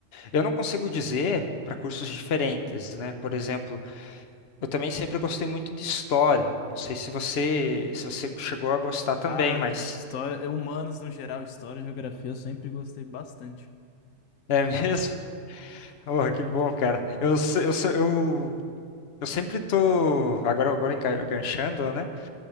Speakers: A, on the left; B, on the left.
A: Eu não consigo dizer para cursos diferentes, né? Por exemplo, eu também sempre gostei muito de história. Não sei se você se você chegou a gostar também,
B: Ah,
A: mas
B: história, humanos no geral, história geografia eu sempre gostei bastante.
A: é mesmo? <laughs> Oh, que bom, cara. Eu se- eu, se- eu, eu sempre tô agora agora enga- enganchando, né?